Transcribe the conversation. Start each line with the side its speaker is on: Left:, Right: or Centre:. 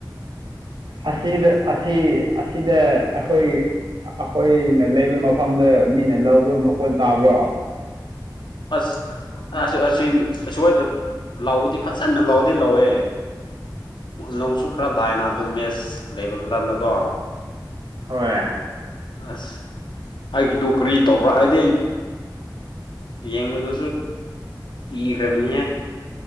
Right: ꯑꯁꯤ ꯑꯁꯤ ꯑꯁꯤꯗ ꯑꯩꯈꯣꯏ ꯑꯩꯈꯣꯏꯅ ꯂꯩꯕ ꯃꯐꯝꯗ ꯃꯤꯅ ꯂꯧꯕ ꯃꯈꯣꯟ ꯇꯥꯕ꯭ꯔꯣ
Left: ꯑꯁ ꯑ ꯑꯁꯤ ꯑꯗ ꯂꯥꯎꯕꯨꯗꯤ ꯐꯖꯅ ꯂꯥꯎꯗꯤ ꯂꯥꯎꯋꯦ ꯅꯣꯡꯁꯨ ꯈꯔ ꯇꯥꯏꯅꯥ ꯑꯗꯨ ꯃꯦꯁ ꯂꯩꯕ ꯃꯇꯝꯗꯀꯣ
Right: ꯍꯣꯏ
Left: ꯑꯁ ꯑꯩꯒꯤꯗꯨ ꯀꯔꯤ ꯇꯧꯕ꯭ꯔꯥ ꯍꯥꯏꯗꯤ ꯌꯦꯡꯕꯗꯨꯁꯨ ꯀꯤꯈ꯭ꯔꯕꯅꯤꯍꯦ